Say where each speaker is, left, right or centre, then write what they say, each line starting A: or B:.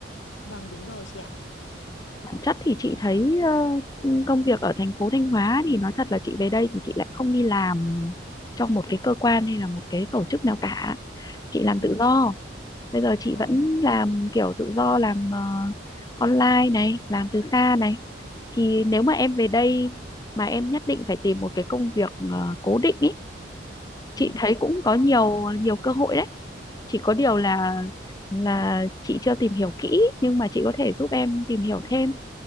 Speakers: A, on the left (about 75°); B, on the left (about 20°).
A: Vâng, đúng rồi chị ạ.
B: Bản chất thì chị thấy ờ, công việc ở thành phố Thanh Hóa thì nói thật là chị về đây thì chị lại không đi làm cho một cái cơ quan hay là một cái tổ chức nào cả. Chị làm
A: Ừ,
B: tự do. Bây giờ chị
A: dạ.
B: vẫn làm kiểu tự do làm ờ, online này, làm từ xa này. Thì nếu mà em về đây mà em nhất định phải tìm một cái công việc ờ, cố định ý, chị
A: Ừ.
B: thấy cũng có nhiều nhiều cơ hội đấy chỉ có điều là là chị chưa tìm hiểu kỹ nhưng mà chị có thể giúp em tìm hiểu thêm